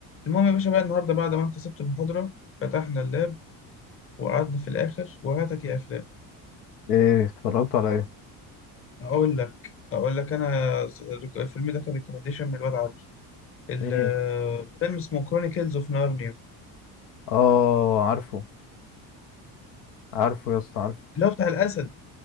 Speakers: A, on the left; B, on the left.
A: المهم يا باشا بقى النهارده بعد ما انت سبت المحاضرة فتحنا اللاب وقعدنا في الآخر وهاتك يا أفلام
B: ايه اتفرجت على ايه
A: أقول لك أقول لك أنا س- ريك- الفيلم ده كان ريكومنديشن من الواد علي الفيلم
B: ايه
A: اسمه كرونيكلز اوف نارنيا
B: اه عارفه عارفه يا اسطى عارفه
A: اللي هو بتاع الأسد